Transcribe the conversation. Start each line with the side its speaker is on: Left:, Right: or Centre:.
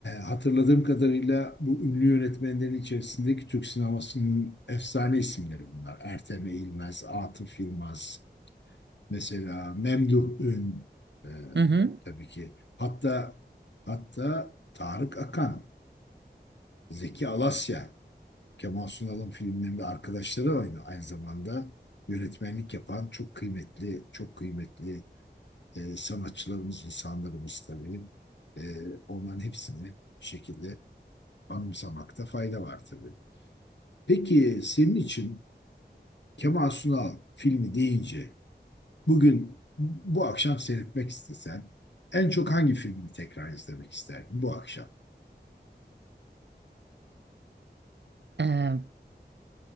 Left: hatırladığım kadarıyla bu ünlü yönetmenlerin içerisindeki Türk sinemasının efsane isimleri bunlar. Ertem Eğilmez, Atıf Yılmaz, mesela Memduh Ün, e,
Right: Hı hı.
Left: tabii ki. Hatta hatta Tarık Akan, Zeki Alasya, Kemal Sunal'ın filmlerinde arkadaşları oynadı. Aynı zamanda yönetmenlik yapan çok kıymetli, çok kıymetli e, sanatçılarımız, insanlarımız tabii. E, onların hepsini bir şekilde anımsamakta fayda var tabii. Peki senin için Kemal Sunal filmi deyince bugün bu akşam seyretmek istesen en çok hangi filmi tekrar izlemek isterdin bu akşam?
Right: Ee,